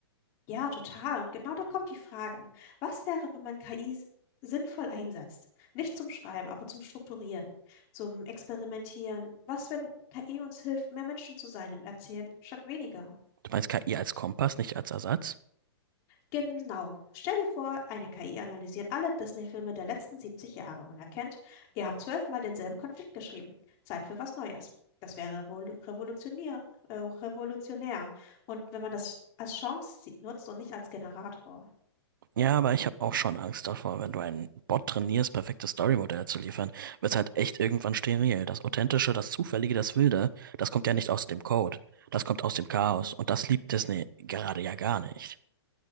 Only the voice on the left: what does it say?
Ja, total. Und genau da kommt die Frage. Was wäre, wenn man KI s- sinnvoll einsetzt? Nicht zum Schreiben, aber zum Strukturieren, zum Experimentieren. Was, wenn KI uns hilft, mehr Menschen zu sein im Erzählen statt weniger?
Genau. Stell dir vor, eine KI analysiert alle Disney-Filme der letzten 70 Jahre und erkennt, ihr habt zwölfmal denselben Konflikt geschrieben. Zeit für was Neues. Das wäre revol- revolutionär, äh, revolutionär. Und wenn man das als Chance sie- nutzt und nicht als Generator.
Mhm.